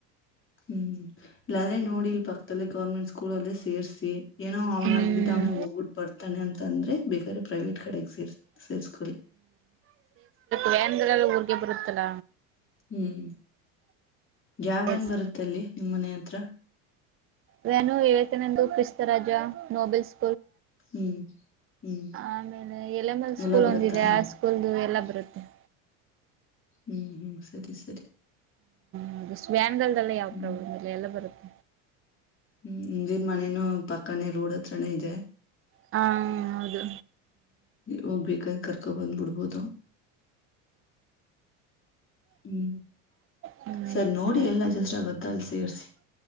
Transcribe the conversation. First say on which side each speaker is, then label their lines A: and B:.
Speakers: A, on the left (about 30°); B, on the right (about 35°).
A: ಹ್ಮ್ ಇಲ್ಲಾದೆ ನೋಡಿಲ್ ಪಕ್ಕದಲ್ಲ ಗೌರ್ಮೆಂಟ್ ಸ್ಕೂಲ್ ಅಲ್ಲ ಸೇರ್ಸಿ. ಏನೋ ಅವ್ನಾಗಲಿದ್ದ
B: ಹ್ಮ್
A: ಅವನಗ್ ಹೋಗ್ಬಿಟ್ಟು ಬರ್ತಾನೆ ಅಂದ್ರೆ ಬೇಕಾರೆ ಪ್ರೈವೇಟ್ ಕಡೆಗ್ ಸೇರ್ಸಿ. ಸೇರಿಸಕೊಳ್ಳಿ.
B: ವ್ಯಾನ್ ಗಳು ಊರಿಗೆ ಬರುತ್ತಲ್ಲ.
A: ಹ್ಮ್ ಯಾವ
B: ಸೇರ್ಸ
A: ನ್ ಬರುತ್ತೆ ಅಲ್ಲಿ ನಿಮ್ಮ್ ಮನೆ ಹತ್ರ.
B: ನಾನು ಹೇಳ್ತೇನೆಂದು ಕ್ರಿಸ್ತರಾಜ ನೋಬೆಲ್ಸ್.
A: ಹ್ಮ್ ಹ್ಮ್
B: ಆಮೇಲೆ ಎಲೆ ಮೇ ಸ್ಕೂಲ್
A: ಎಲ್ಲ ಬರುತ್ತಾ
B: ಒಂದಿದೆ
A: ಹ್ಮ್
B: ಆ ಸ್ಕೂಲ್ ಎಲ್ಲ. <inaudible>
A: ಹ್ಮ್ ಹ್ಮ್ ಸರಿ ಸರಿ.
B: ಹೌದು ಸ್ವ್ಯಾನ್ಲ್ಲ್ ಯಾವ
A: ಹ್ಮ್
B: ಪ್ರಾಬ್ಲಮ್ ಇಲ್ಲ ಎಲ್ಲ ಬರುತ್ತೆ.
A: ಹ್ಮ್ <inaudible> ದಿರ್ ಮನೇನೂ ಪಕ್ಕಾನೇ ರೋಡ್ ಹತ್ರನ ಇದೆ.
B: ಹಾ ಹೌದು.
A: ಹೋಗ್ಬೇಕಾದ ಕರ್ಕೊ ಬಂದ್ಬ ಬಿಡ್ಬೋದು. ಹ್ಮ್
B: ಹ್ಮ್
A: ಸರ್ ನೋಡಿ
B: ಸರಿ
A: ಎಲ್ಲ ಜಸ್ಟ್ ಆಗತ್ತ ಅಲ್ಲಿ ಸೇರ್ಸಿ.